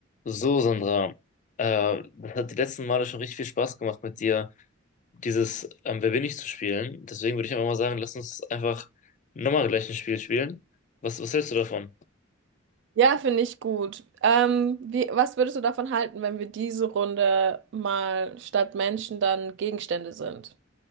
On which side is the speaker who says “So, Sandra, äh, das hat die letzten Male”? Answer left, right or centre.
Left